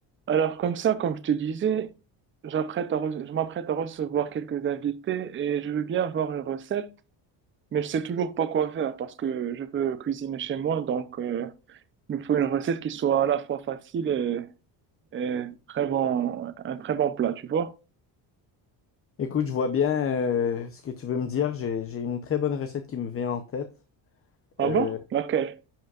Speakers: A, on the right; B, on the left.
A: Alors comme ça, comme je te disais, j'apprête à re- je m'apprête à recevoir quelques invités et je veux bien avoir une recette, mais je sais toujours pas quoi faire parce que je veux cuisiner chez moi, donc euh, il me faut une recette qui soit à la fois facile et, et très bon, un très bon plat, tu vois.
B: Écoute, je vois bien euh, ce que tu veux me dire. J'ai, j'ai une très bonne recette qui me vient en tête.
A: Ah
B: Euh,
A: bon? Laquelle?